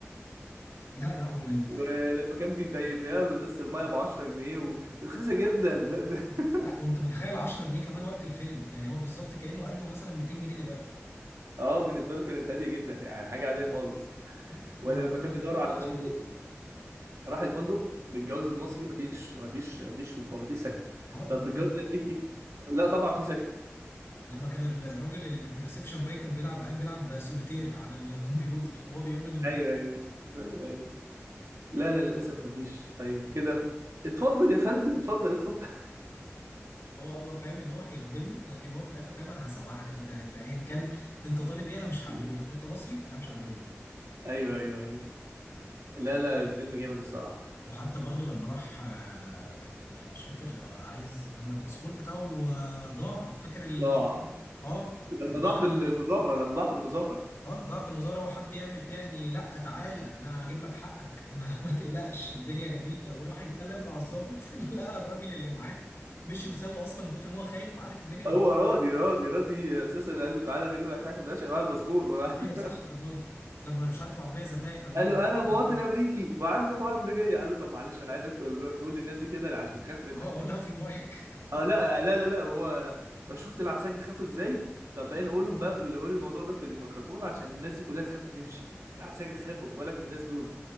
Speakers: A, on the left; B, on the right.
A: لا لا وال...
B: ولما كان بيبيع له ازازه الميه ب 10 جنيه ورخيصه جدا <laughs>
A: لا وانت متخيل 10 جنيه كمان وقت الفيلم يعني هو بالظبط كانه قال له مثلا 200 جنيه دلوقتي
B: اه بالنسبه له كانت هاديه جدا يعني حاجه عاديه خالص
A: مم.
B: ولا
A: هو هو
B: لما
A: بالنسبه
B: كان بيدور
A: له كان
B: على
A: عايش
B: فندق
A: عليه
B: راح الفندق بالجواز المصري مفيش مفيش مفيش مفيش سكن
A: اه لما
B: طب بالجواز
A: كان
B: الامريكي لا طبعا في سكن
A: لما كان ال- الراجل اللي في الريسبشن باين كان بيلعب قاعد بيلعب سوليتير على الكمبيوتر وهو بيقول له ان مفيش
B: ايوه ايوه ايوه أيوة. لا لا للاسف مفيش طيب كده اتفضل يا فندم اتفضل اتفضل
A: هو هو فاهم ان هو هيخدمه لكن هو في الاخر فاهم انا هسوحك انت انت ايا كان انت طالب ايه انا مش هعمله
B: <laughs>
A: لك مش انت مصري انا مش هعمله لك
B: ايوه ايوه ايوه لا لا الفيلم جامد الصراحه
A: وحتى برضو لما راح آه، كان مش فاكر آه، عايز لما الباسبور بتاعه آه، ضاع فاكر ال...
B: ضاع
A: اه
B: لما
A: المشهد
B: ضاع في المظاهره لما ضاع في المظاهره
A: اه ضعف المظاهرة هو حب يعمل فيها اني لا تعالى انا هجيب لك حقك <laughs> ما, ما تقلقش الدنيا جميلة وراح يتكلم مع الضابط <laughs> لقى الراجل اللي معاه مشي وسوى اصلا من كتر ما هو خايف عارف الدنيا
B: هو
A: هتبوظ
B: راضي
A: إزاي.
B: راضي راضي اساسا قال له تعالى انا اجيب لك حاجه ما تقولش معايا الباسبور ولا
A: ايوه صح
B: <laughs>
A: كان راضي بس لما مش عارف العربية زنقت عليه
B: قال
A: والله
B: له
A: <laughs>
B: انا مواطن امريكي وعندي حقوق امريكيه قال له طب معلش انا عايزك تقول تقول للناس دي كده عشان تخاف منك
A: اه قولها في المايك
B: اه لا لا لا لا هو فشفت العساكر خافوا ازاي طب بقى نقولهم بقى في ال- قول الموضوع ده في الميكروفون عشان الناس دي كلها تخاف وتمشي العساكر خافوا ما بالك من الناس دول